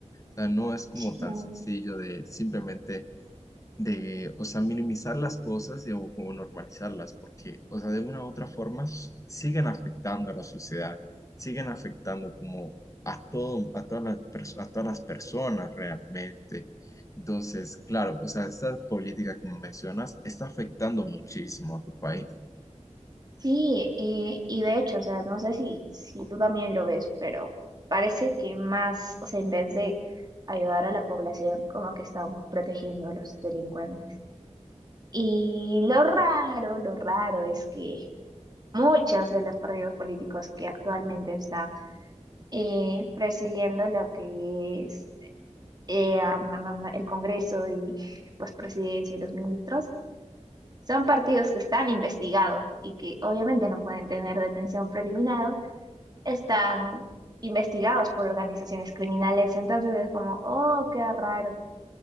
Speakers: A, on the left; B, on the right.
A: O sea, no es como
B: Sí,
A: tan sencillo de simplemente de, o sea, minimizar las cosas y, o como normalizarlas, porque, o sea, de una u otra forma s- siguen afectando a la sociedad, siguen afectando como a todo, a todas las, pers- a todas las personas realmente. Entonces, claro, o sea, esta política que mencionas está afectando muchísimo a tu país.
B: Sí, y, y de hecho, o sea, no sé si, si tú también lo ves, pero parece que más, o sea, en vez de ayudar a la población, como que están protegiendo a los delincuentes. Y lo raro, lo raro es que muchos de los partidos políticos que actualmente están eh, presidiendo lo que es eh, a- a- a- el Congreso y pues presidencia y los ministros, son partidos que están investigados y que obviamente no pueden tener detención preliminar, están investigados por organizaciones criminales. Entonces es como, oh, qué raro.